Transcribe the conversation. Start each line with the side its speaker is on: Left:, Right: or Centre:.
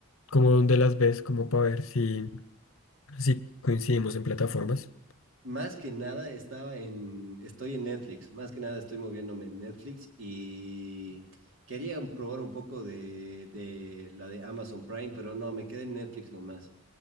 Left: como donde las ves, como para ver si, si coincidimos en plataformas.
Right: Más que nada estaba en, estoy en Netflix, más que nada estoy moviéndome en Netflix y quería probar un poco de, de la de Amazon Prime, pero no, me quedé en Netflix nomás.